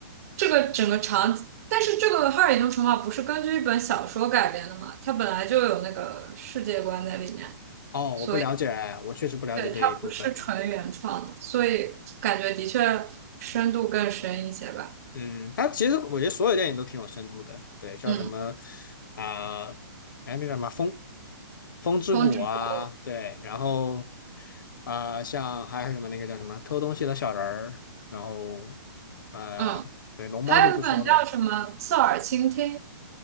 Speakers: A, on the right; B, on the left.
A: 这个整个场景，但是这个哈尔移动城堡不是根据一本小说改编的嘛，它本来就有那个世界观在里面，
B: 哦，
A: 所以
B: 我不了解，我确实不了解这一部分。
A: 对它不是纯原创的，所以感觉的确深度更深一些吧。
B: 嗯，它其实我觉得所有电影都挺有深度的，对，像什么
A: 嗯，
B: 啊，哎、那个什么《风风之谷》啊，
A: 风之谷，
B: 对，然后啊、像还有什么那个叫什么偷东西的小人儿，然后呃，
A: 嗯，
B: 对，龙猫就不说了嘛，
A: 还有一本叫什么《侧耳倾听》。